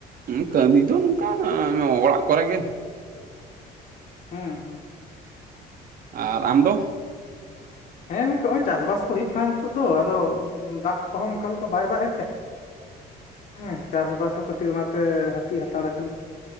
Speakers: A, on the right; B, on the left.
A: ᱩᱸ ᱠᱟᱹᱢᱤ ᱫᱚ ᱱᱚᱝᱠᱟ ᱮᱸ ᱚᱲᱟᱜ ᱠᱚᱨᱮ ᱜᱮ᱾
B: ᱦᱮᱸ ᱦᱮᱸ᱾
A: ᱟᱨ ᱟᱢᱫᱚ?
B: ᱦᱮᱸ ᱜᱚᱝᱠᱮ ᱱᱚᱜᱼᱚᱭ ᱪᱟᱥᱵᱟᱥ ᱠᱚ ᱦᱩᱭᱩᱜ ᱠᱟᱱᱟ ᱱᱤᱛᱚᱜ ᱫᱚ ᱟᱫᱚ ᱫᱟᱜ ᱠᱚᱦᱚᱸ ᱚᱱᱠᱟ ᱞᱮᱠᱟ ᱵᱟᱭ ᱫᱟᱜ ᱮᱫᱟᱭ᱾ ᱦᱮᱸ ᱪᱟᱥᱼᱵᱟᱥ ᱦᱚᱸ ᱠᱟᱹᱴᱤᱡ ᱚᱱᱟᱛᱮ ᱦᱟᱹᱯᱤ ᱦᱟᱛᱟᱲ ᱠᱟᱱᱟ᱾